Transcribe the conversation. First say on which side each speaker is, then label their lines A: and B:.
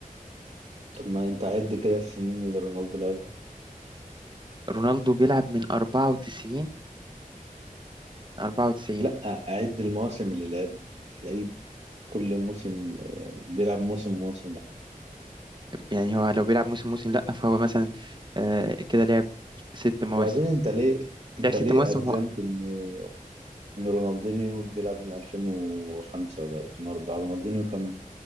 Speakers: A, on the right; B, on the right.
A: طب ما انت عد كده السنين اللي رونالدو لعبها
B: رونالدو بيلعب من 94 94
A: لا عد المواسم اللي لعبها تلاقيه كل موسم آه، بيلعب موسم موسم لا
B: يعني هو لو بيلعب موسم موسم لأ فهو مثلا آه، كده لعب ست مواسم
A: وبعدين انت ليه انت
B: لعب ست
A: ليه
B: مواسم
A: اجزمت
B: هو
A: انه ان رونالدينيو بيلعب من 2005 ولا 2004 رونالدينيو كان